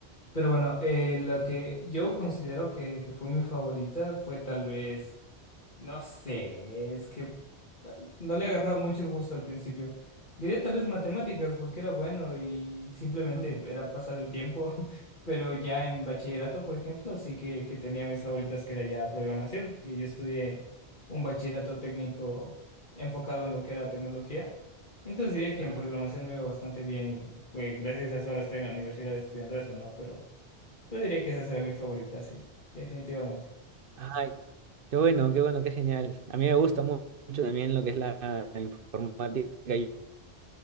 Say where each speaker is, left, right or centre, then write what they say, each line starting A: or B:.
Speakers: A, on the left; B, on the right.
A: Pero bueno, eh, la que yo considero que, que fue mi favorita fue tal vez No sé, es que no le agarraba mucho el gusto al principio. Diría tal vez matemáticas porque era bueno y simplemente
B: Ah,
A: era pasar el tiempo, <laughs> pero ya en bachillerato, por ejemplo, sí que, que tenía mis favoritas que era ya programación, que yo estudié un bachillerato técnico enfocado en lo que era tecnología. Entonces diría que
B: Ah,
A: en programación me iba bastante bien y pues gracias a eso ahora estoy en la universidad estudiando eso, ¿no? Pero, pero diría que esas eran mis favoritas, sí, definitivamente.
B: Ay, qué bueno, qué bueno, qué genial. A mí me gusta mu- mucho también lo que es la informática y